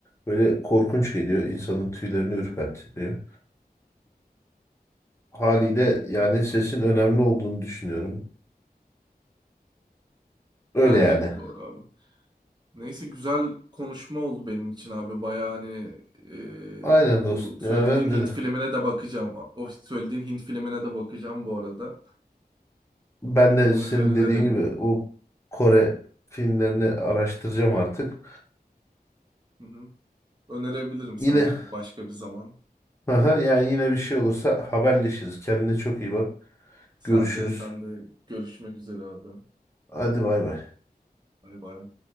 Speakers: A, on the left; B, on the right.
A: böyle korkunç geliyor. İnsanın tüylerini ürpertiyor. Haliyle yani
B: Bak,
A: sesin önemli olduğunu düşünüyorum. Öyle
B: Bence
A: yani.
B: de doğru abi. Neyse güzel konuşma oldu benim için abi. Baya hani e,
A: Aynen
B: o
A: dostum.
B: söylediğin
A: Ya ben
B: Hint
A: de
B: filmine de bakacağım. O söylediğin Hint filmine de bakacağım bu arada.
A: Ben de
B: Onun
A: senin
B: üzerine
A: dediğin
B: de
A: gibi
B: benim.
A: o Kore filmlerini araştıracağım artık.
B: Hı hı. Önerebilirim sana
A: Yine
B: başka bir zaman.
A: aha, yani yine bir şey olursa haberleşiriz. Kendine çok iyi bak.
B: Sen
A: Görüşürüz.
B: de sen de görüşmek üzere abi.
A: Hadi bay bay.
B: Bay bay.